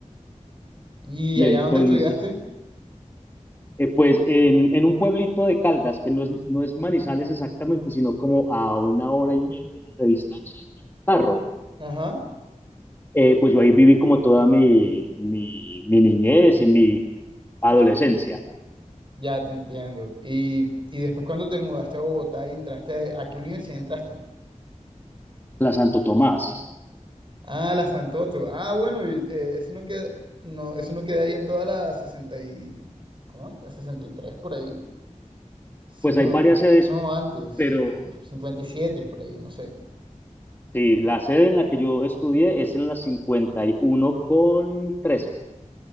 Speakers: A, on the right (about 40°); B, on the left (about 15°).
A: ¿Y
B: y
A: allá
B: entonces,
A: donde estudiaste?
B: eh, pues en, en, un pueblito de Caldas, que no es, no es Manizales exactamente, sino como a una hora y media de distancia, carro,
A: Ajá,
B: eh, pues yo ahí viví como toda mi, mi, mi niñez y mi adolescencia,
A: ya te entiendo. ¿Y, y después cuando te mudaste a Bogotá y entraste, a, a qué universidad entraste?
B: la Santo Tomás.
A: Ah, la Santoto. Ah, bueno, y, eh, eso no queda, no, eso no queda ahí en toda la 60 y, ¿cómo? La 63 por ahí. Sí,
B: Pues hay
A: ¿no?
B: varias sedes,
A: No, antes,
B: pero
A: 57 por ahí, no sé.
B: sí, la sede en la que yo estudié es en la cincuenta y uno con trece